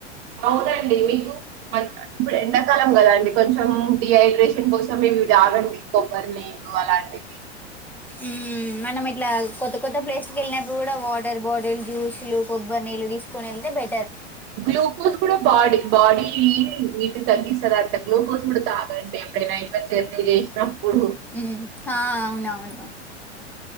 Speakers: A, on the right; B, in the centre.
A: అవునండి మీకు మ ఇప్పుడు ఎండ కలం కదండి కొంచెం డిహైడ్రేషన్ కోసం ఇవి తాగండి కొబ్బరిని నువు అలాంటివి
B: ఊ మనం ఇట్లా కొత్త కొత్త ప్లేస్ ల వెళ్ళినప్పుడు కూడా వాటర్ బాటిల్ జ్యూస్లు కొబ్బరి నీళ్లు తీసుకుని ఎళ్తే బె
A: గ్లూకోస్ గుడ బాడీ బాడీ ఈ నీటి తగ్గిస్తరా అంటే గ్లోకోల్ కూడా తాగాంటే ఎప్పుడైనా ల జర్నీ చేసినప్పుడు
B: మ్మ్ హా అవునవును